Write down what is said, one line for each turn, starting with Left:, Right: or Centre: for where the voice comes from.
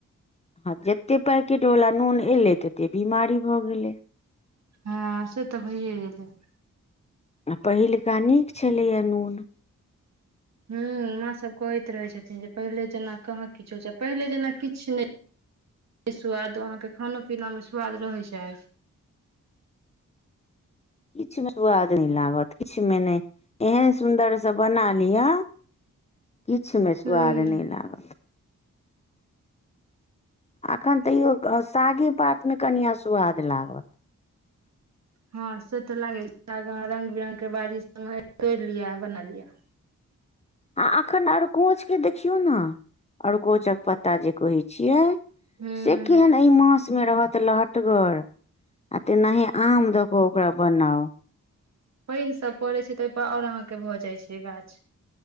Left: आ जते पैकेट वाला नून एले तते बीमारी भ गेलै
Right: हँ से तऽ भैए गेलै
Left: पहिलुका नीक छलैए नून
Right: हूं माँ सब कहैत रहे छथिन जे पहिले जेना कहाँ किछो छै पहिले जेना किछ नहि सुवाद अहाँके खाना पीना मे स्वाद रहै छै
Left: किछु मे स्वाद नहि लागत किछ मे नहि एहन सुन्दरसँ बना लिअ किछ मे
Right: पहिने
Left: सुआद नहि लागत एखन तैयो सागे पातमे कनिआ सुवाद लागत
Right: हँ से तऽ लागे छै रंग बिरंग के बाड़ी सब तोड़ लियै बना लिय
Left: आ अखन अरकोच के देखियौ ने अरकोचक पत्ता जे कहे छियै
Right: हूँ
Left: से केहन एहि मासमे रहत लहटगर आ तेनाहि आम देक ओकरा बनाओ
Right: पानि सब पड़ै छै त ओहिपर आओर अहाँके भऽ जाइ छै गाछ